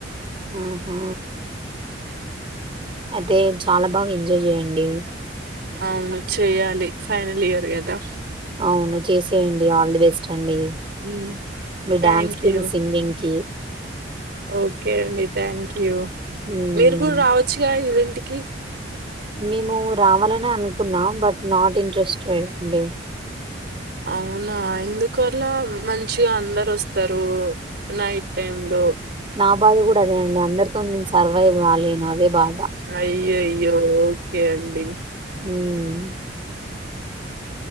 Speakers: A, on the right; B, on the right.
A: హ్మ్ హు అదే చాలా బాగా ఎంజాయ్ చేయండి
B: అవును చెయ్యాలి ఫైనల్ ఇయర్ కదా
A: అవును చేసేయండి ఆల్ ది బెస్ట్ అండి
B: మ్మ్
A: మీ
B: థ్యాంక్
A: డ్యాన్స్ కి
B: యూ
A: మీ సింగింగ్ కి
B: ఓకే అండి థ్యాంక్ యూ
A: హ్మ్
B: మీరు కూడా రావచ్చుగా ఈవెన్ టికి
A: మేము రావాలని అనుకున్నాం బట్ నాట్ ఇంట్రెస్టెడ్ అండి
B: అవునా ఎందుకలా మంచిగా అందరు వస్తారు నైట్ టైమ్ లో
A: నా బాధ కూడా అదే అండి అందరితో నేను సర్వైవ్ కాలేను అదే బాధ
B: అయ్యోయా య్యో ఓకే అండి
A: హ్మ్